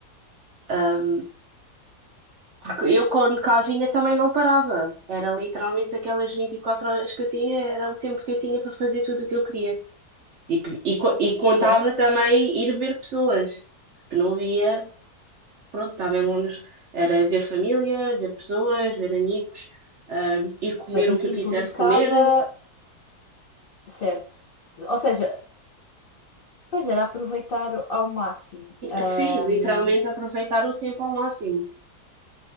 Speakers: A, on the right (about 60°); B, on the left (about 55°).
A: Ahm, porque eu quando cá vinha também não parava, era literalmente aquelas 24 horas que eu tinha, era o tempo que eu tinha para fazer tudo o que eu queria. Tipo, e, co- e contava
B: certo?
A: também ir ver pessoas que não via pronto, estava em Londres, era ver família, ver pessoas, ver amigos, ah, ir comer
B: Mas isso
A: o que eu
B: implicava,
A: quisesse comer.
B: certo? Ou seja, pois era aproveitar ao máximo. Ahm,
A: Sim, literalmente aproveitar o tempo ao máximo.